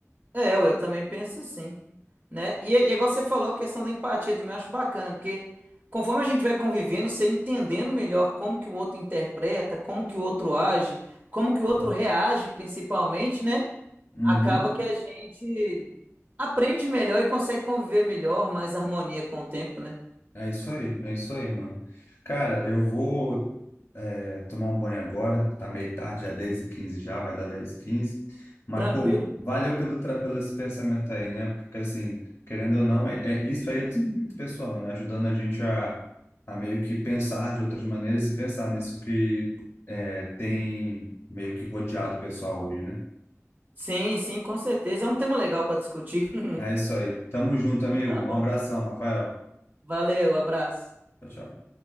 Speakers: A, on the right; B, on the left.
A: É, eu, eu também penso assim, né? E, e igual você falou, a questão da empatia também eu acho bacana, porque conforme a gente vai convivendo, você entendendo melhor como que o outro interpreta, como que o outro age, como que o outro
B: Uhum.
A: reage principalmente, né?
B: Uhum.
A: Acaba que a gente aprende melhor e consegue conviver melhor, mais harmonia com o tempo, né?
B: É isso aí, é isso aí, mano. Cara, eu vou é, tomar um banho agora, tá meio tarde, já é dez e quinze já, vai dar dez e quinze. Mas,
A: Tranquilo?
B: pô, valeu pelo, tra- pelo esse pensamento aí, né? Porque, assim, querendo ou não, é, é- isso aí é desenvolvimento pessoal, né? Ajudando a gente a, a meio que pensar de outras maneiras e pensar nisso que é, tem meio que rodeado o pessoal hoje, né?
A: Sim, sim, com certeza. É um tema legal para discutir. <laughs>
B: É isso aí. Tamo junto,
A: Então
B: amigo.
A: tá
B: Um
A: bom.
B: abração, Rafael.
A: Valeu, abraço.
B: Tchau, tchau.